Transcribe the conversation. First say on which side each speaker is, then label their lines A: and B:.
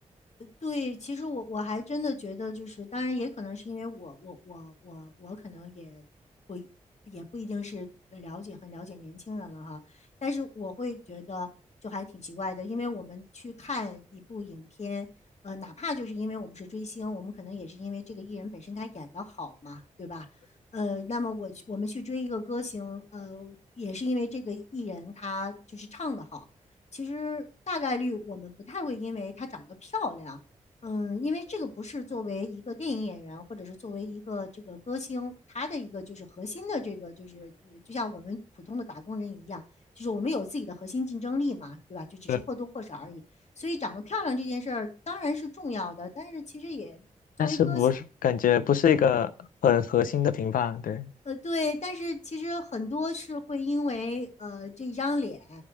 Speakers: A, on the left (about 55°); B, on the left (about 80°).
A: 呃对，其实我我还真的觉得，就是当然也可能是因为我我我我我可能也不一也不一定是了解很了解年轻人了哈，但是我会觉得就还挺奇怪的，因为我们去看一部影片，呃，哪怕就是因为我们是追星，我们可能也是因为这个艺人本身他演的好嘛，对吧？呃，那么我去我们去追一个歌星，呃，也是因为这个艺人他就是唱的好。其实大概率我们不太会因为她长得漂亮，嗯，因为这个不是作为一个电影演员或者是作为一个这个歌星，她的一个就是核心的这个就是呃，就像我们普通的打工人一样，就是我们有自己的核心竞争力嘛，对吧？就只是或多或少而已。
B: 对，
A: 所以长得漂亮这件事儿当然是重要的，但是其实也作为歌星。
B: 但是不是感觉不是一个很核心的评判，对，
A: 呃，对，但是其实很多是会因为呃这一张脸，